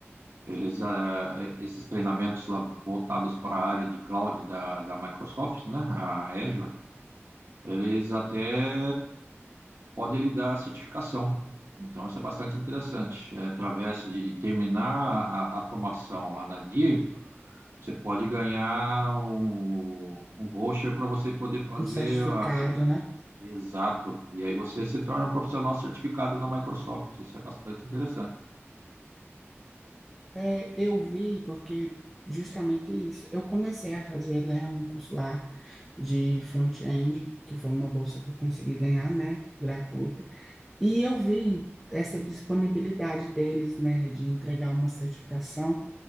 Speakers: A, on the right; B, in the centre.
A: Eles, ah, é, esses treinamentos lá voltados para a área de cloud da, da Microsoft, né, a Azure, eles até podem lhe dar certificação. Então, isso é bastante interessante. É, através de terminar a, a formação lá na DIO, você pode ganhar um, um voucher para você poder fazer
B: um certificado,
A: a,
B: né?
A: exato. E aí você se torna um profissional certificado na Microsoft. Isso é bastante interessante.
B: É, eu vi porque justamente isso. Eu comecei a fazer, né, um curso lá de front-end, que foi uma bolsa que eu consegui ganhar, né, gratuita. E eu vi essa disponibilidade deles, né, de entregar uma certificação,